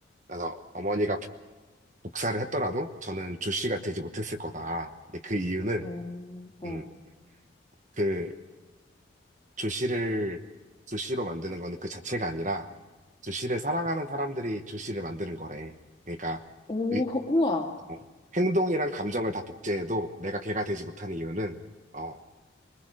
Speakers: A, on the right; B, on the left.
A: 그래서 어머니가 복- 복사를 했더라도 저는 조씨가 되지 못했을 거다. 근데 그 이유는,
B: 어, 어.
A: 음, 그 조시를 조시로 만드는 거는 그 자체가 아니라 조시를 사랑하는 사람들이 조시를 만드는 거래. 그러니까
B: 오,
A: 의-
B: 그 우와.
A: 어, 행동이랑 감정을 다 복제해도 내가 걔가 되지 못하는 이유는 어,